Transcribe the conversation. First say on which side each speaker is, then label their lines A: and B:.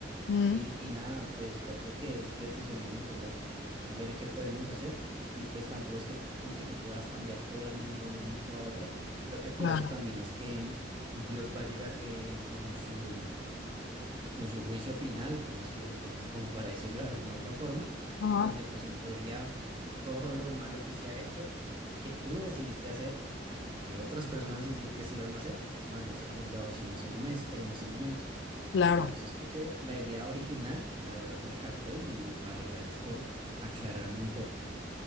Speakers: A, on the left (about 75°); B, on the right (about 30°).
A: Mm,
B: Y, y nada, pues ya creo que es decisión de nosotros ver qué podemos hacer y pues tampoco es que como que tú puedas cambiar todo el mundo de un momento a otro. Creo que por
A: ah,
B: eso también es que Dios va a llegar eh, con su con su juicio final, como es que, pues como para decirlo de alguna otra forma,
A: ajá,
B: donde pues en teoría todo lo malo que se ha hecho, que tú decidiste hacer o que otras personas deci- decidieron hacer, van a ser juzgados en ese momento, en ese momento.
A: claro,
B: Entonces creo que la idea original, la verdad la capté y vale, gracias por aclararme un poco.